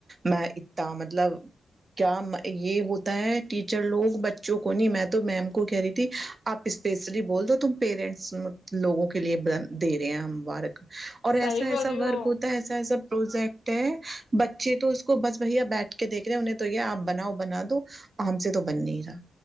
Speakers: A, on the right; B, on the left.
A: میں اتا مطلب کیا یہ ہوتا ہے ٹیچر لوگ بچوں کو نہیں میں تو میم کو کہہ رہی تھی آپ اسپیشلی بول دو تم پیرنٹس لوگوں کے لیے بن دے رہے ہیں ہم وارک اور
B: صحیح
A: ایسا
B: بول
A: ایسا
B: رہی
A: ورک
B: ہو
A: ہوتا ہے ایسا ایسا پروجیکٹ ہے بچے تو اس کو بس بھیا بیٹھ کے دیکھ رہے ہیں انہیں تو یہ آپ بناؤ بنا دو ہم سے تو بن نہیں رہا